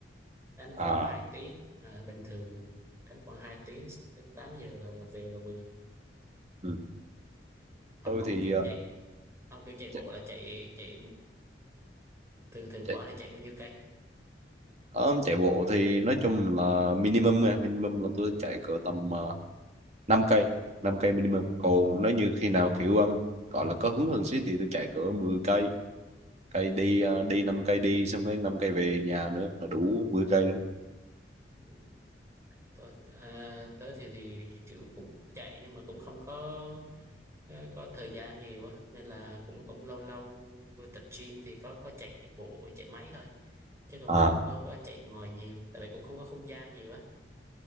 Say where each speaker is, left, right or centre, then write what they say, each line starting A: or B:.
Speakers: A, on the right; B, on the right.
A: đánh khoảng
B: à
A: 2 tiếng à, bình thường đánh khoảng 2 tiếng xong đến 8 giờ là, là về là vừa
B: ừ.
A: ông
B: tôi
A: ông
B: thì
A: kiểu
B: ờ,
A: chạy ông kiểu chạy bộ
B: chạy,
A: là chạy chạy thường thường
B: chạy,
A: khoảng là chạy bao nhiêu cây
B: ờ, chạy bộ thì nói chung là minimum nha minimum là tôi chạy cỡ tầm uh, 5 cây 5 cây minimum còn nếu như khi nào kiểu um, gọi là có hứng hơn xí thì tôi chạy cỡ mười cây cây đi ờ, đi 5 cây đi xong cái 5 cây về nhà nữa là đủ 10 cây luôn
A: Ừ, tôi à, tới thì thì kiểu cũng chạy nhưng mà cũng không có Ờ, có thời gian nhiều á nên là cũng cũng lâu lâu tập gym thì có có chạy bộ chạy máy thôi chứ còn
B: à
A: không có có chạy ngoài nhiều tại vì cũng không có không gian nhiều á